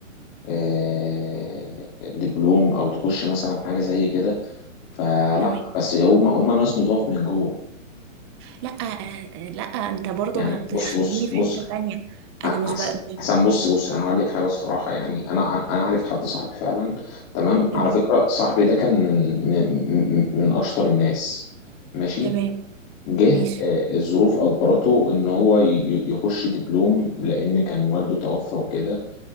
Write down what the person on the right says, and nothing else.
تمام
لا آه، آه، لا انت برضو
هتخليني
في
حتة تانية
انا مش بقى
تمام
تمام
ماشي